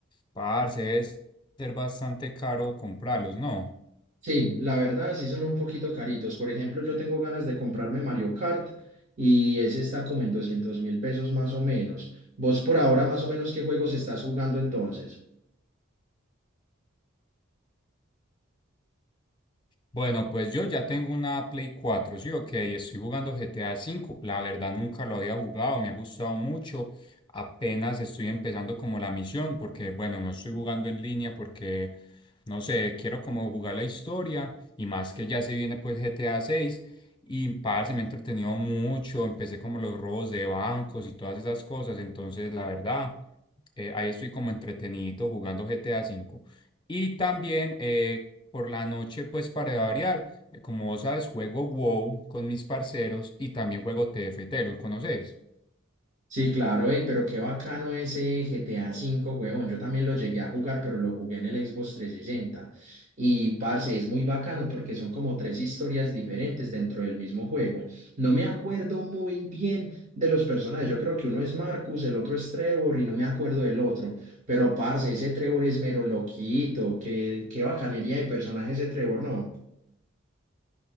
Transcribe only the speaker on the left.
parce, es ser bastante caro comprarlos, ¿no?
Bueno, pues yo ya tengo una Play cuatro, sí, ok, estoy jugando GTA cinco. La verdad nunca lo había jugado, me ha gustado mucho. Apenas estoy empezando como la misión, porque bueno, no estoy jugando en línea porque, no sé, quiero como jugar la historia y más que ya se viene pues GTA seis. y parce, me he entretenido mucho, empecé como los robos de bancos y todas esas cosas, entonces la verdad, eh, ahí estoy como entretenido jugando GTA V. Y también eh, por la noche, pues para variar, eh, como vos sabes, juego WoW con mis parceros y también juego TFT, ¿los conoces?